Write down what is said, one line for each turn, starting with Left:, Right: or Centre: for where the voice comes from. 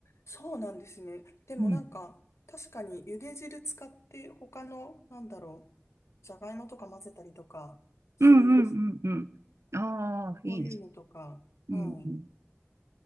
Left: そうなんですね。でもなんか、
Right: うん。
Left: 確かに茹で汁使って他の、なんだろう、じゃがいもとか混ぜたりとかするんですか
Right: うんうんうんうん。ああ、いいです。
Left: そういうのとか、
Right: うんうん。
Left: はい、